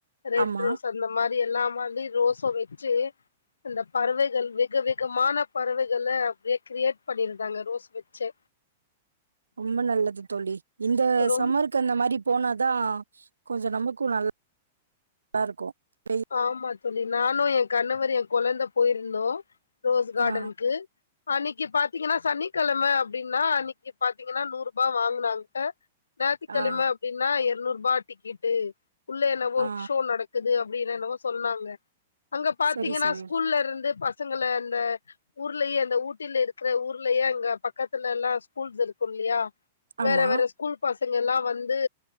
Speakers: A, on the left; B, on the right.
A: ரெட்
B: ஆமா
A: ரோஸ் அந்த மாரி எல்லா வந்து ரோஸ வெச்சு இந்த பறவைகள் வெக வெகமான பறவைகள அப்டியே கிரியேட் பண்ணி இருந்தாங்க ரோஸ் வெச்சே
B: ரொம்ப நல்லது தோழி இந்த
A: ரொம்
B: சம்மர் க்கு அந்த மாரி போனாதா கொஞ்ச நமக்கு நல் லா இருக்கு வெய்
A: ஆமா தோழி நானு எ கணவர் எ கொழந்த போயிருந்தோ ரோஸ் கார்டன்க்கு
B: ஆ
A: அன்னிக்கு பாத்தீங்கன்னா சனிக்கெழம அப்டின்னா அன்னிக்கு பாத்தீங்கன்னா நூறு ரூபா வாங்குனாங்க ஞாயித்து கெழம
B: ஆ
A: அப்டின்னா எருநூருபா டிக்கெட்டு உள்ள என்னவோ
B: ஆ
A: ஷோ நடக்குது அப்டி என்னன்னவோ சொன்னாங்க அங்க பாத்தீங்கன்னா
B: சரி சரி
A: ஸ்கூல்ல இருந்து பசங்கள அந்த ஊர்லயே அந்த ஊட்டில இருக்குற ஊர்லயே அங்க பக்கத்துல எல்லா ஸ்கூல்ஸ் இருக்கு இல்லையா
B: ஆமா
A: வேற வேற ஸ்கூல் பசங்க எல்லா வந்து